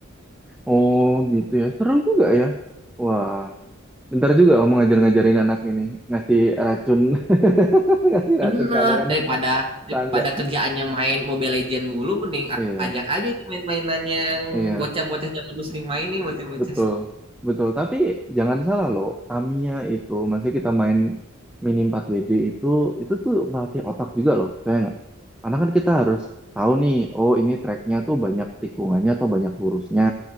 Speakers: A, in the centre; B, on the right.
A: Oh gitu ya, seru juga ya. Wah, bentar juga kamu ngajar-ngajarin anak ini, ngasih racun, <laughs> ngasih
B: Bener,
A: racun ke anak-anak
B: daripada
A: tetangga.
B: daripada kerjaannya main Mobile Legend mulu, mending
A: Iya,
B: aku ajak aja itu main-mainan yang
A: iya.
B: bocah-bocah zaman dulu sering mainin bocah-bocah.
A: Betul, betul. Tapi jangan salah loh, Tamiya itu, masih kita main mini 4WD itu, itu tuh melatih otak juga loh, saya nggak? Karena kan kita harus tahu nih, oh ini tracknya tuh banyak tikungannya atau banyak lurusnya,